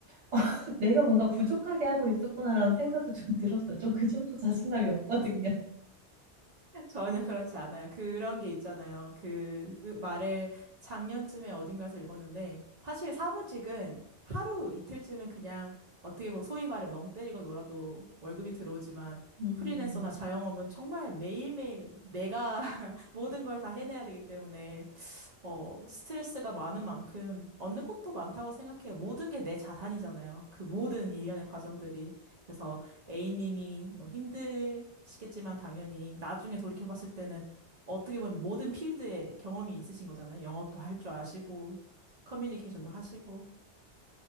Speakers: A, on the right; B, on the right.
A: <laughs> 내가 뭔가 부족하게 하고 있었구나라는 생각도 좀 들었어요. 좀 그 정도 자신감이 없거든요.
B: 전혀 그렇지 않아요. 그런 게 있잖아요. 그, 그 말을 작년쯤에 어딘가에서 읽었는데, 사실 사무직은 하루 이틀쯤은 그냥 어떻게 보면 소위 말해 멍 때리고 놀아도 월급이 들어오지만,
A: 음.
B: 프리랜서나 자영업은 정말 매일매일 내가 <laughs> 모든 걸 다 해내야 되기 때문에 어, 스트레스가 많은 만큼 얻는 것도 많다고 생각해요. 모든 게 내 자산이잖아요. 그 모든 일련의 과정들이. 그래서 A님이 뭐 힘드시겠지만 당연히 나중에 돌이켜봤을 때는 어떻게 보면 모든 필드에 경험이 있으신 거잖아요. 영업도 할 줄 아시고, 커뮤니케이션도 하시고.